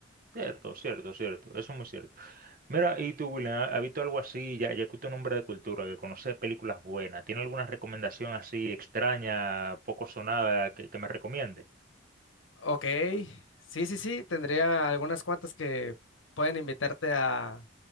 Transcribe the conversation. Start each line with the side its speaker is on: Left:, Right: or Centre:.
Right: cierto, cierto, cierto. Eso es muy cierto. Mira, y tú, William, ¿ha- ¿has visto algo así? Ya, ya que tu nombre de cultura, que conoce películas buenas, ¿tiene alguna recomendación así extraña, poco sonada, que, que me recomiende?
Left: Ok, sí, sí, sí, tendría algunas cuantas que pueden invitarte a,